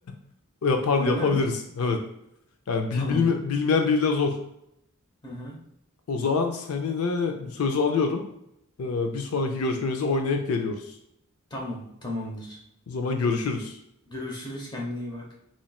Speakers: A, on the left (about 75°); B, on the left (about 20°).
A: <laughs> Yapar,
B: Öyle
A: yapabiliriz.
B: mi?
A: Evet. Yani
B: Tamam.
A: bil- bilme- bilmeyen biriyle zor.
B: Hı hı.
A: O zaman seni de bu sözü alıyorum. Ee, bir sonraki görüşmemizi oynayıp geliyoruz.
B: Tamam, tamamdır.
A: O zaman görüşürüz.
B: Görüşürüz kendine iyi bak.